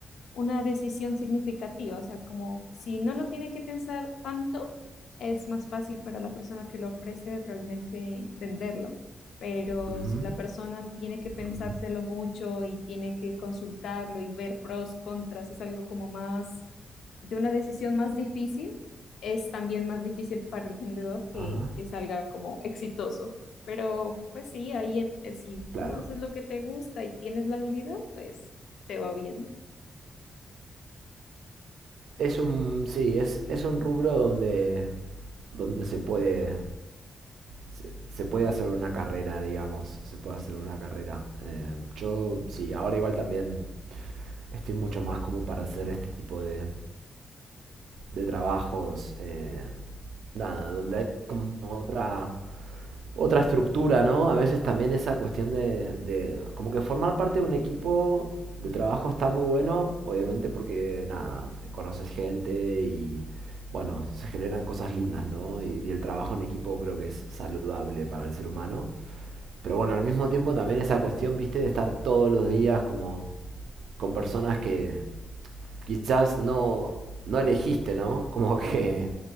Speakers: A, on the left (about 85°); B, on the right (about 80°).
A: una decisión significativa. O sea, como si no lo tiene que pensar tanto, es más fácil para la persona que lo ofrece realmente venderlo. Pero
B: Ujú,
A: si la persona tiene que pensárselo
B: ujú.
A: mucho y tiene que consultarlo y ver pros, contras, es algo como más de una decisión más difícil, es también más difícil para el vendedor que,
B: Ajá,
A: que salga como exitoso. Pero pues sí, ahí en- eh, si
B: claro.
A: tú haces lo que te gusta y tienes la habilidad, pues te va bien.
B: Es un, sí, es, es un rubro donde, donde se puede, se, se puede hacer una carrera, digamos, se puede hacer una carrera. Eh, yo, sí, ahora igual también estoy mucho más como para hacer este tipo de, de trabajos, eh, nada, donde hay como otra, otra estructura, ¿no? A veces también esa cuestión de, de como que formar parte de un equipo de trabajo está muy bueno, obviamente porque, nada, conoces gente y, bueno, se generan cosas lindas, ¿no? Y, y el trabajo en equipo creo que es saludable para el ser humano. Pero bueno, al mismo tiempo también esa cuestión, viste, de estar todos los días como con personas que quizás no, no elegiste, ¿no? <laughs> Como que